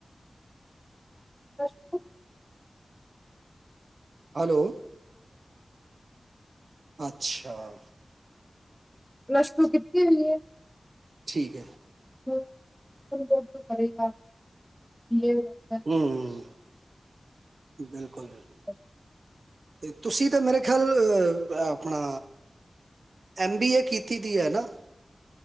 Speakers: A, in the centre; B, on the right.
A: <unintelligible>
B: ਹੈਲੋ ਅੱਛਾ
A: ਪਲੱਸ ਟੂ ਕੀਤੀ ਹੋਈ ਏ।
B: ਠੀਕ ਹੈ।
A: <unintelligible>
B: ਹੂੰ ਬਿਲਕੁਲ ਬਿਲਕੁਲ
A: <inaudible>
B: ਤੁਸੀਂ ਤਾਂ ਮੇਰੇ ਖਿਆਲ ਆਪਣਾ ਐਮ ਬੀ ਏ ਕੀਤੀ ਦੀ ਹੈ ਨਾ।